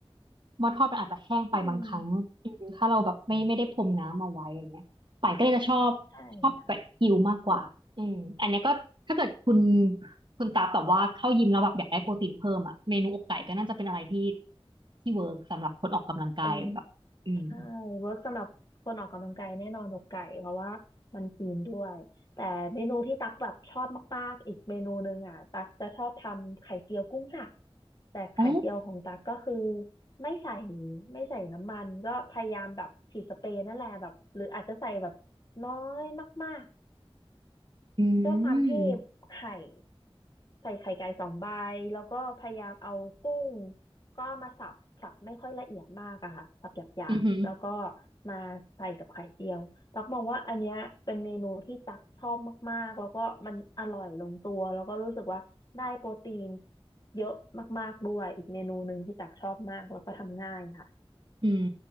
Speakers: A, on the right (about 55°); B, on the left (about 40°).
A: หม้อทอดมันอาจจะแห้งไปบางครั้งอืมถ้าเราแบบไม่ไม่ได้พรมน้ำเอาไว้อะไรเงี้ยป่ายก็เลยจะชอบชอบแบบกิวมากกว่าอืมอันเนี้ยก็ถ้าเกิดคุณ
B: <laughs> อืมใช่
A: คุณตาแบบว่าเข้ายิมแล้วแบบอยากได้โปรตีนเพิ่มอ่ะเมนูอกไก่ก็น่าจะเป็นอะไรที่ที่เวิร์กสำหรับคนออกกำลังกายแบบอืม
B: เป็นใช่เวิร์กสำหรับคนออกกำลังกายแน่นอนอกไก่เพราะว่ามันคลีนด้วยแต่เมนูที่ตักแบบชอบมากๆอีกเมนูหนึ่งอ่ะตักจะชอบทำไข่เจียวกุ้งสับแต่ไข่เจียวของตักก็คือ
A: โอ้
B: ไม่ใส่ไม่ใส่น้ำมันก็พยายามแบบฉีดสเปรย์นั่นแหละแบบหรืออาจจะใส่แบบน้อยมาก
A: อื
B: ด้วยความที่
A: ม
B: ไข่ใส่ไข่ไก่สองใบแล้วก็พยายามเอากุ้งก็มาสับสับไม่ค่อยละเอียดมากอะค่ะสับหยาบๆแล้วก็
A: อือหือ
B: มาใส่กับไข่เจียวตักมองว่าอันเนี้ยเป็นเมนูที่ตักชอบมากๆแล้วก็มันอร่อยลงตัวแล้วก็รู้สึกว่าได้โปรตีนเยอะมากๆด้วยอีกเมนูหนึ่งที่ตักชอบมากแล้วก็ทำง่ายค่ะ
A: อืม